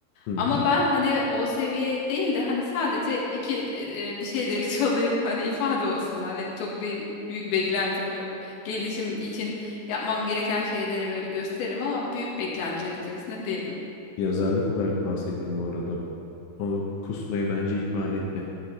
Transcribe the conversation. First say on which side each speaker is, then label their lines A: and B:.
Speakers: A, on the left (about 85°); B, on the left (about 70°).
A: Hı hı.
B: Ama ben hani o seviye değil de hani sadece iki e, bir şeyleri <laughs> çalayım hani ifade olsun hani çok bir büyük beklentim yok. Gelişim için yapmam gereken şeyleri böyle gösteririm ama büyük beklentiler içerisinde değilim.
A: Yazarlık olarak bahsettim bu arada. Onu kusmayı bence ihmal etme.